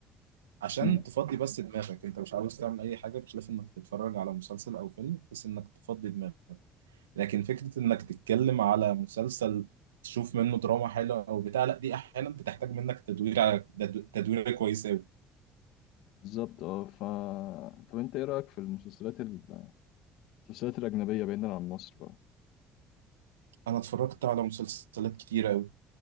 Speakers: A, on the right (about 85°); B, on the left (about 70°).
A: عشان
B: امم،
A: تفضي بس دماغك انت مش عاوز تعمل اي حاجه بخلاف انك تتفرج على مسلسل او فيلم بحيث انك تفضي دماغك لكن فكره انك تتكلم على مسلسل تشوف منه دراما حلوه او بتاع لا دي احيانا بتحتاج منك تدوير ع- تد- تدوير كويس قوي
B: بالظبط اه ف طب انت ايه رايك في المسلسلات ال- المسلسلات الاجنبيه بعيدا عن مصر بقى
A: انا اتفرجت على مسلسلات كتيره قوي